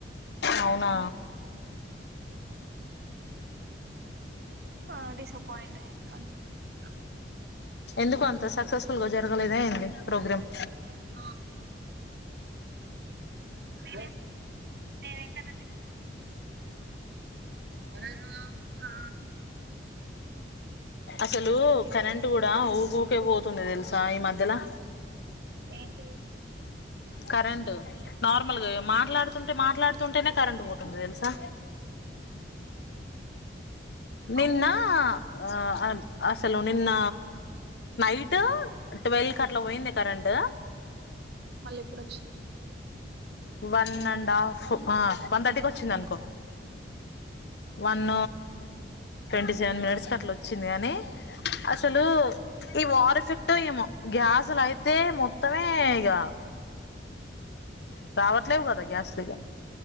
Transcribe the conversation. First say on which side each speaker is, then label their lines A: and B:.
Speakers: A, on the left; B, on the right.
A: అవునా
B: ఆ డిస్సపాయింట్ అయింది అ
A: ఎందుకు అంత సక్సెస్ ల్గా జరగలేదా ఏంది ప్రోగ్రామ్
B: న <inaudible> నేను ఇంకా న బిడ్డ అ అర ఆ
A: అసలు కరెంట్ కూడా ఊక ఊకే పోతుంది తెలుసా ఈ మధ్యలో
B: ఏంటి
A: కరెంటు నార్మల్గా మాట్లాడుతుంటే మాట్లాడుతుంటేనే కరెంట్ పోతుంది తెలుసా నిన్న
B: అవును
A: ఆ అసలు నిన్న నైట్ ట్వెల్వ్ క అట్లా పోయింది కరెంటు
B: మళ్ళ ఎప్పుడొచ్చింది
A: వన్ అండ్ హాఫ్ వన్ థర్టీకి వచ్చింది అనుకో వన్ ట్వంటీ సెవెన్ మినిట్స్ క అట్లా వచ్చింది అని అసలు ఈ వర్ ఎఫెక్ట్ ఏమో గ్యాస్లు అయితే మొత్తమే ఇక ఆ రావట్లేవు కదా గ్యాస్లు గ